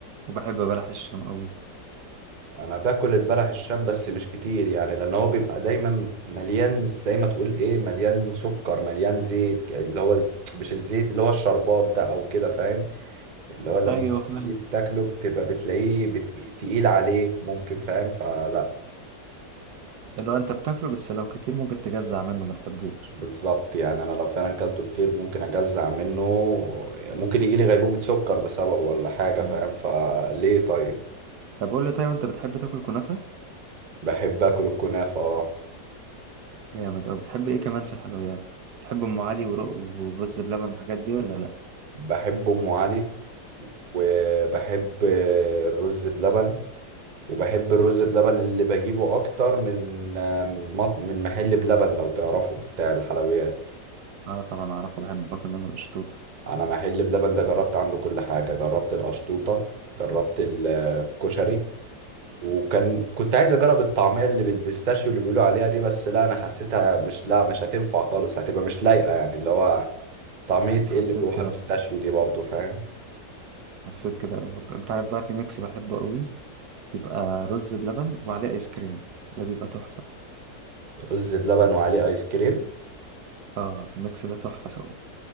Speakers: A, on the right; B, on the right.
A: وبحب بلح الشام قوي
B: انا باكل البلح الشام بس مش كتير يعني لان هو بيبقى دايما مليان زي ما تقول ايه مليان سكر مليان زيت اللي هو ز... مش الزيت اللي هو الشربات ده او كده فاهم اللي هو لما
A: ايوه فاهم
B: تيجي تاكله بتبقى بتلاقيه بت... تقيل عليك ممكن فاهم فلا
A: اللي هو انت بتاكله بس لو كتير ممكن تجزع منه ما تحبوش
B: بالظبط يعني انا لو فعلا كلته كتير ممكن اجزع منه ممكن يجي لي غيبوبة سكر بسببه ولا حاجة
A: مم.
B: فاهم فليه طيب
A: طب قول لي طيب انت بتحب تاكل كنافه
B: بحب اكل الكنافة اه
A: جامد او بتحب ايه كمان في الحلويات بتحب ام علي ورق ورز بلبن والحاجات دي ولا لا
B: بحب ام علي وبحب الرز بلبن وبحب الرز بلبن اللي بجيبه اكتر من مط- من محل بلبن لو تعرفه بتاع الحلويات
A: اه طبعا اعرفه بحب اكل منه القشطوط
B: انا محل بلبن ده جربت عنده كل حاجة جربت القشطوطة جربت الكشري وكان كنت عايز اجرب الطعميه اللي بالبيستاشيو اللي بيقولوا عليها دي بس لا انا حسيتها مش لا مش هتنفع خالص هتبقى مش لايقه يعني اللي هو طعميه
A: حسيت
B: ايه اللي جواها
A: كده
B: بيستاشيو دي برضو فاهم
A: حسيت كده برضه. انت عارف بقى في ميكس بحبه قوي بيبقى رز بلبن وعليه ايس كريم ده بيبقى تحفه
B: رز بلبن وعليه ايس كريم
A: اه الميكس ده تحفة سوا